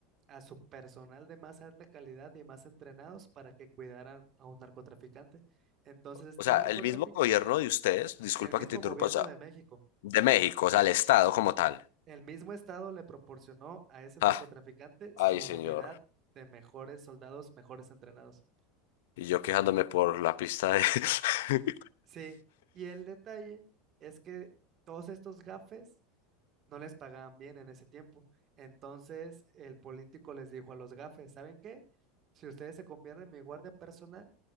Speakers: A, on the right; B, on the left.
A: a su personal de más alta calidad y más entrenados para que cuidaran a un narcotraficante. Entonces este
B: O sea,
A: narcotraficante,
B: el mismo gobierno de ustedes, disculpa
A: el mismo
B: que te interrumpa,
A: gobierno
B: o sea,
A: de México,
B: De México, o sea, el estado como tal.
A: el mismo estado le proporcionó a ese narcotraficante
B: Ah, ay,
A: su
B: señor.
A: unidad de mejores soldados, mejores entrenados.
B: Y yo quejándome por la pista de... <laughs>
A: Sí, y el detalle es que todos estos gafes no les pagaban bien en ese tiempo. Entonces el político les dijo a los gafes, ¿saben qué? Si ustedes se convierten en mi guardia personal,